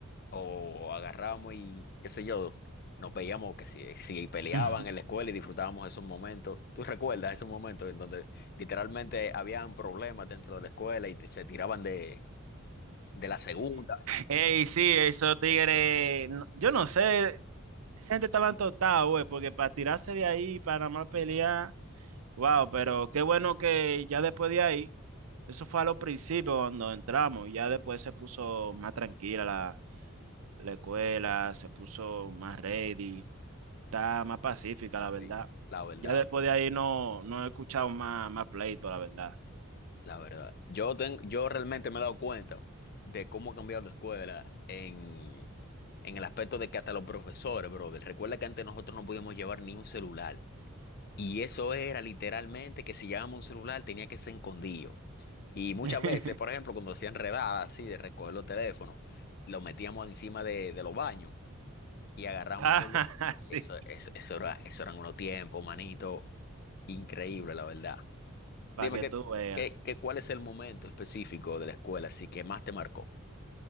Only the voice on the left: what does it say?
O agarrábamos y qué sé yo, nos veíamos que si, si peleaban
en la escuela y disfrutábamos esos momentos. ¿Tú recuerdas esos momentos en donde literalmente habían problemas dentro de la escuela y te- se tiraban de, de la segunda?
Sí, la verdad,
la verdad. Yo, ten- yo realmente me he dado cuenta de cómo ha cambiado la escuela en, en el aspecto de que hasta los profesores, brother, recuerda que antes nosotros no podíamos llevar ni un celular. Y eso era literalmente que si llevábamos un celular tenía que ser escondido. Y muchas
veces, por ejemplo, cuando hacían redadas así de recoger los teléfonos, los metíamos encima de, de los baños y agarramos
con los...
Eso, eso, eso era, eso eran unos tiempos, manito, increíble, la verdad.
Dime,
¿qué,
qué, qué- cuál es el momento específico de la escuela así que más te marcó?